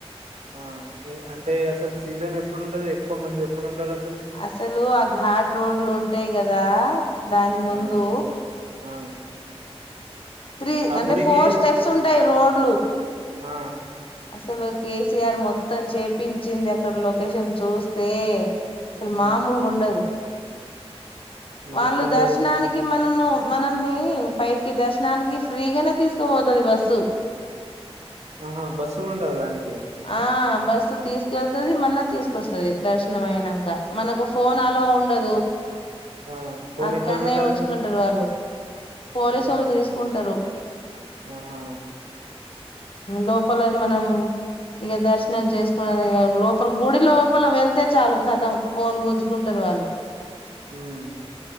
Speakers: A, on the right; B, on the left.
A: ఆ అంటే అసలు సీజన్ ఎప్పుడు ఉండదు ఎక్కువ మంది ఎప్పుడు ఉంటది అసల్
B: అసలు ఆ ఘాట్ రోడ్లు ఉంటాయి కదా దాని ముందు
A: ఆ ఆ
B: త్రీ
A: ఆ
B: అంటే
A: గుడికి
B: ఫోర్ స్టెప్స్ ఉంటాయి రోడ్ లు <inaudible>
A: ఆ
B: అసలు కేసీఆర్ మొత్తం చేపించింది అక్కడ లొకేషన్ చూస్తే అసల్
A: ఉమ్
B: మామూలు గుండదు
A: నీకు
B: వాళ్ళు
A: చెప్తాంటే
B: దర్శనానికి
A: వీళ్ళు
B: మనను మనల్ని పైకి దర్శ దానికి ఫ్రీగానే తీసుకోపోతది బస్సు
A: ఆహా బస్సు కూడా ఉంటదా దానికి
B: ఆ బస్సు తీసుకెళ్తుది మళ్ళా తీసుకొస్తది దర్శనం అయినాక మనకు ఫోన్ అలా ఉండదు
A: ఆ ఫోన్
B: అక్కడనే
A: ఎక్కడ పెట్టాలి
B: ఉంచుకుంటారు వాళ్ళు పోలీసులూ
A: ఆ
B: తీసు కుంటారు
A: ఆహా
B: లోపల మనం ఇక దర్శనం చేసుకున్నదిగా లోపల గుడి లోపల వెళ్తే చాలు కథం ఫోన్ గుంజుకుంటారు వాళ్ళు.
A: ఉమ్